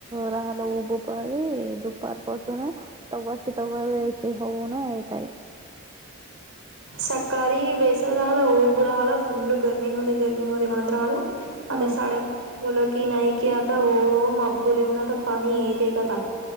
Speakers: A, on the right; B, on the right.
A: राहल उब परी दुपार पासून तवा. त हऊ ना ए त
B: सकाळी बेसर राहिला उऊब राहाला फुल्ल गर्मी होते गर्मी होते म्हणत राहालो. आता
A: हम्म
B: साडेलो की नाही कि ओ. बल येवन आता पाणी येते का आता